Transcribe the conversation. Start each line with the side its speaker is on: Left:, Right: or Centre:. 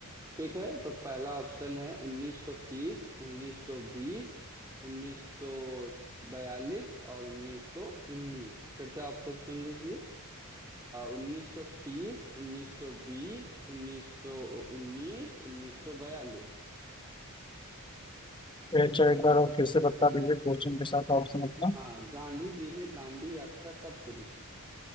Right: ठीक है तो पहला ऑप्शन है 1930 1920 1942 और 1919 फिर से ऑप्शन सुन लीजिए उन्नीस सौ तीस उन्नीस सौ बीस उन्नीस सौ उन्नीस उन्नीस सौ बयालीस
Left: ये चलो एक बार और फिर से बता दीजिए क्वेश्चन के साथ ऑप्शन अपना
Right: हाँ गांधी जी ने दांडी यात्रा कब शुरू की थी